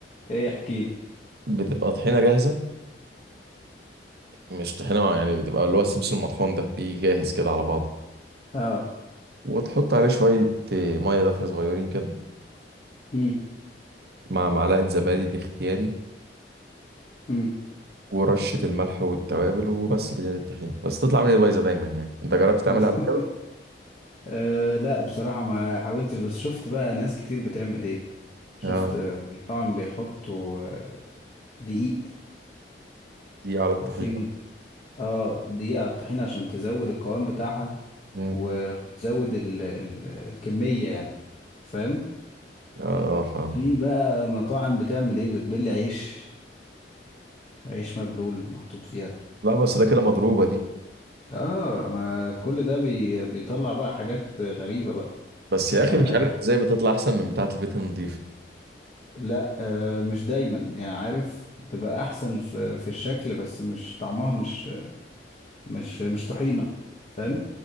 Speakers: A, on the left; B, on the right.
A: ايه احكي لي
B: بتبقى طحينة جاهزة مش طحينة يعني بتبقى اللي هو السمسم المطحون ده بيجي جاهز كده على بعضه
A: اه
B: وتحط عليه شوية آه، مية دافية صغيرين كده
A: مم.
B: مع معلقة زبادي دي اختياري
A: مم.
B: ورشة الملح والتوابل وبس كده للطحين بس تطلع مني بايظة دايما يعني انت جربت تعملها
A: بس
B: قبل كده؟
A: <laughs> آه لا بصراحة ما حاولتش بس شفت بقى ناس كتير بتعمل ايه شفت
B: اه
A: آه، في مطعم بيحطوا آه، دقيق
B: دي على الطحين
A: وفي اه دقيقة على الطحينة عشان تزود القوام بتاعها
B: امم
A: و- وتزود ال ال الكمية يعني فاهم
B: اه فاهم
A: في بقى مطاعم بتعمل ايه بتبل عيش عيش مبلول محطوط فيها
B: لا بس ده كده مضروبة دي
A: اه ما كل ده بي بيطلع بقى حاجات غريبة بقى
B: بس
A: تفهمها
B: يا اخي مش عارف <laughs> ازاي بتطلع احسن من بتاعة البيت النظيفة
A: لا آه مش دايما يعني عارف تبقى احسن في في الشكل بس مش طعمها مش مش مش طحينة فاهم
B: عندك